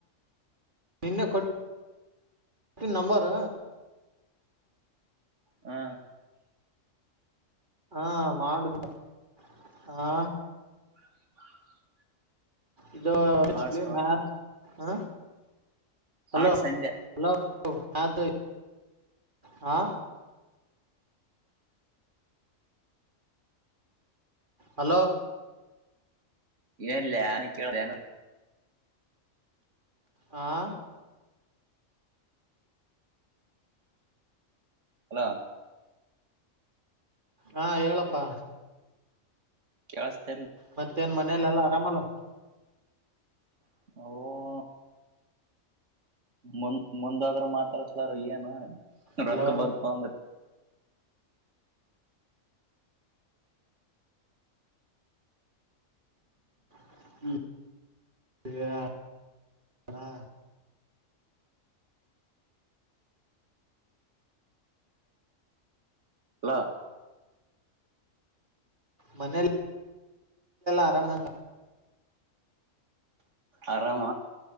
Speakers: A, on the right; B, on the right.
A: ನಿನ್ನೆ ಕೊಟ್ಟೀನಿ ನಂಬರ್
B: ಹಾ
A: ಹಾ ಮಾಡುದು ಹಾ
B: <inaudible>
A: ಇದು <unintelligible>
B: ಮಾಡಸ್ ಮಾಡ
A: ಹ ಹಲೋ
B: ಮಾಡಸ್ ಅಂದೆ
A: ಹಲೋ ಹತು ಹ ಆ ಹಲೋ
B: ಏನ್ಲೆ ಏನಾರ ಕೇಳು
A: ಹಾ
B: ಹಲೋ
A: ಹಾ ಹೇಳಪ್ಪಾ
B: ಕೆೇಳಿಸತ ಇಲ್ಲ
A: ಮತ್ತೇ ನ್ ಮನೆಯಲೆೆಲ್ಲಾ ಆರಾಮಲ್ಲ
B: ಹಓ ಮುಂದ್ ಮುಂದಾದ್ರ ಮಾತಡ್ಸಲಾರ ಏನು
A: ಹಲೋ
B: ರೊಕ್ಕ ಬರ್ತ ಅಂದ್ರ
A: ಹ
B: ಹಲೋ
A: ಮನೆ ಆರಾಮ
B: ಆರಾಮ